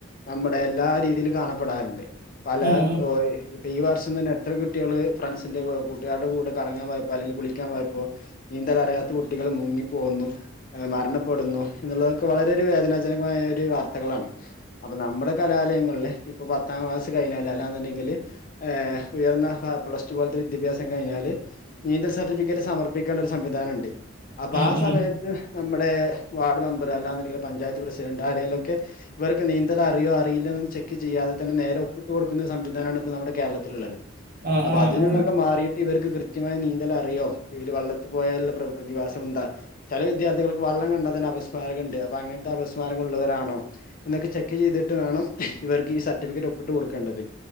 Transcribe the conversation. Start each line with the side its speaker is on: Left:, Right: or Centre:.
Left: നമ്മുടെ എല്ലാ രീതിയിലും കാണ പ്പെടാറുണ്ട് പല
Right: ഉം
Left: ഇപ്പോ ഈ വർഷം തന്നെ എത്ര കുട്ടികള് ഫ്രണ്ട്സ് ന്റെ കൂട്ടുകാരുടെ കൂടെ കറങ്ങാൻ പോയപ്പോ അല്ലെങ്കിൽ കുളി ക്കാൻപ്പോയപ്പോ നീന്തൽ അറിയാത്ത കുട്ടികൾ മുങ്ങിപ്പോകുന്നു മരണപ്പെടുന്നു എന്നുള്ളത് വളരെ ഒരു വേദനാജനകമായ ഒരു വാർത്തകളാണ് അപ്പൊ നമ്മുടെ കലാലയങ്ങളിലെ ഇപ്പം പത്താം ക്ലാസ് കഴിഞ്ഞാൽ അല്ലാന്ന് ഇണ്ടെങ്കിൽ ഏഹ് ഉയെർന്ന പ്ലസ് ടു പോലത്തെ വിദ്യാഭ്യാസം കഴിഞ്ഞാല് നീന്തെൽ സർട്ടിഫിക്കെറ്റ് സമർപ്പിക്കേണ്ട ഒര് സംവിധാനം ഇണ്ട് അപ്പ
Right: ഉം ഉം
Left: ആ സമയെത്ത്
Right: ഉം
Left: നമ്മുടെ വാർഡ് മെമ്പർ അല്ലാെന്ന് ഇണ്ടെങ്കിൽ പഞ്ചായെത്ത് പ്രസിഡെന്റ് ആരെലും ഒക്കെ ഇവർക്ക് നീന്തെൽ അറിയോ അറിയില്ലെന്ന് ചെക്ക് ചെയ്യാതെ തെന്നെ നേരെ ഒപ്പ് ഇട്ട് കൊട്ക്കു ന്ന സംവിധാനാണ് ഇപ്പം നമ്മുടെ കേരളത്തിൽ ഇള്ളെത്
Right: ആ
Left: അപ്പ
Right: ആ
Left: അതിൽ
Right: ആ
Left: നിന്നൊക്കെ മാറിയിട്ട് ഇവെര്ക്ക് കൃത്യമായ നീന്തെൽ അറിയോ ഇവെര് വള്ളത്തി പോയാൽ ഇള്ള പ്ര പ്രതിഭാസം എന്താ ചെല വിദ്യാർത്ഥികൾക്ക് വള്ളം കണ്ടാ അപസ്മാരം ഒക്കെ ഇണ്ട് അപ്പ അങ്ങെൻത്തെ അപസ്മാരം ഒക്കെ ഉള്ളവരാണോ എന്നൊക്കെ ചെക്ക് ചെയ്തിട്ട് വേണം ഇവെർക്ക് ഈ സർ ട്ടിഫിക്കെറ്റ് ഒപ്പിട്ട് കൊട്ക്കേണ്ടത്